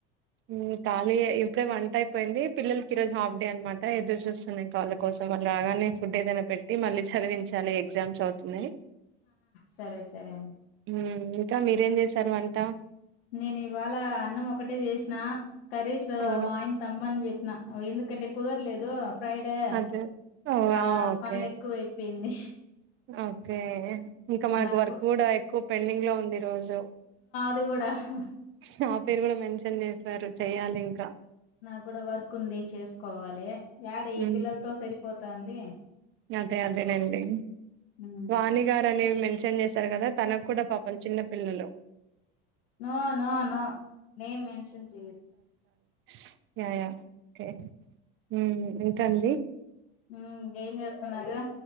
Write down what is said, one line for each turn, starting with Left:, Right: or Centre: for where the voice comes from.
Right: హు ఖాళీ ఏ ఇప్పుడే వంట అయిపోయింది. పిల్లలకి ఈ రోజు హాఫ్ డే అనమాట ఎదుర్ చూస్తున్నా ఇంకా వాళ్ళ కోసం, వాళ్ రాగానే ఫుడ్ ఏదైనా పెట్టి మళ్ళీ చదివించాలి, ఎగ్జామ్స్ అవుతున్నాయి.
Left: సరే సరే అన్
Right: హ్ ఇంకా మీరేం చేసారు వంట
Left: నేను ఇవాళ అన్నమొ ఒకటే చేసిన కర్రీస్
Right: ఓ
Left: వాయిన్ తమ్మని చెప్ నా ఓ ఎందుకంటే కుదరలేదు ఫ్రైడే
Right: అదే ఓ
Left: ఆ
Right: ఓకే
Left: పన్లు ఎక్కువయిపోయింది
Right: ఓకే ఇంకా మనకు
Left: నాకు
Right: వర్క్ గూడా ఎక్కు పెడింగ్ లో ఉంది రోజు
Left: అది కూడ హ్ హ్
Right: నా పేరు కూడా మెన్షన్ చేసారు చెయ్యాలి ఇంకా
Left: నాకు కూడా వర్క్ ఉంది చేసుకోవాలి యాడ
Right: హ్మ్
Left: ఈ పిల్లలతో సరిపోతాంది
Right: అదే అదేనండి
Left: హ్మ్.
Right: వాణిగారు అనేవి మ మెన్షన్ చేశారు కదా తనకు కూడ పాపం చిన్న పిల్లలు
Left: no no no name mention చెయద్
Right: స్ యా యా ఒకే హ్మ్ ఇంకండి
Left: హ్మ్ ఏం చేస్తన్నారు